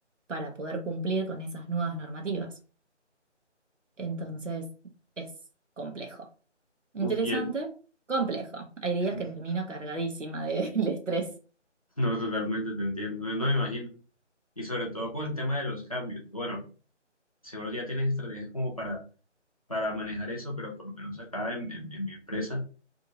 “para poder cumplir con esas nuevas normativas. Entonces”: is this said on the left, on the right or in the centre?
Right